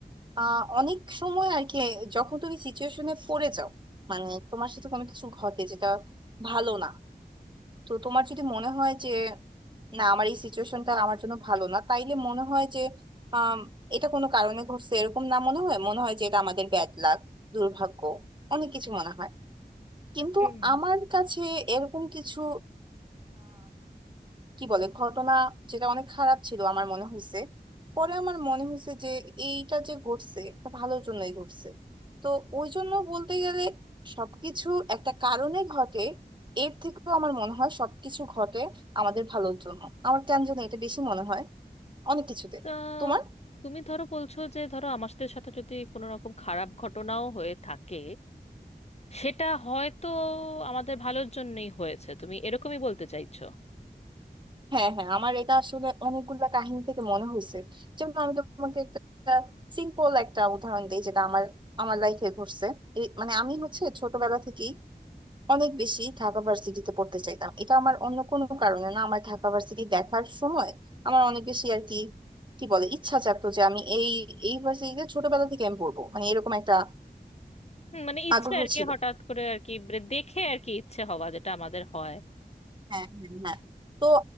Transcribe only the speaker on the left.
হুম
তা
তুমি ধরো বলছো যে ধরো আমার সাথে সাথে যদি কোনো রকম খারাপ ঘটনাও হয়ে থাকে সেটা হয়তো আমাদের ভালোর জন্যই হয়েছে তুমি এরকমই বলতে চাইছো
হুম, মানে ইচ্ছে
আর
কি হঠাৎ করে আর কি মানে দেখে আর কি ইচ্ছে হওয়া যেটা আমাদের হয়